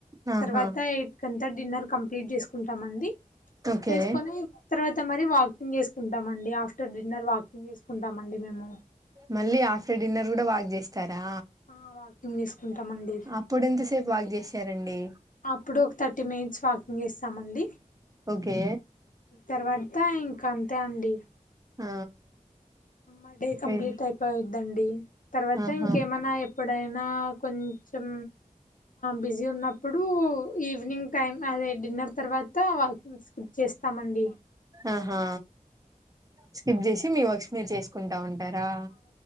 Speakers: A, on the right; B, on the left.
A: ఆహా
B: తర్వాత డిన్నర్ కంప్లీట్ జేసుకుంటామండి.
A: ఓకే
B: చేసుకొని తర్వాత మరి వాకింగ్ చేసుకు కుంటామండి ఆఫ్టర్ డిన్నర్ వాకింగ్ జేసుకుంటామండి మేము
A: మళ్ళీ ఆఫ్టర్ డిన్నర్ కూడా వాక్ జేస్తారా
B: ఆ వాకింగ్ చేసుకుంటామండి
A: అప్పుడెంతసేపు వాక్ జేసారండి
B: అప్పుడు ఒక థర్టీ మినిట్స్ వాకింగ్ చేస్తామండి.
A: ఓకే
B: తర్వాత ఇంకా ఇంకా అంతే అండి
A: ఆ
B: అంటే కంప్లీటైపోయుద్ధండి
A: వెల్
B: తర్వాత
A: ఆహా
B: ఇంకేమైనా ఎప్పుడైనా ఆ కొంచెం బిజీ ఉన్నప్పుడు ఈవినింగ్ టైం అదే డిన్నర్ తర్వాత వాకింగ్ చేస్తామండి
A: ఆహా స్కిప్ జేసి మీ వర్క్స్ మీరు చేసుకుంటా ఉంటారా.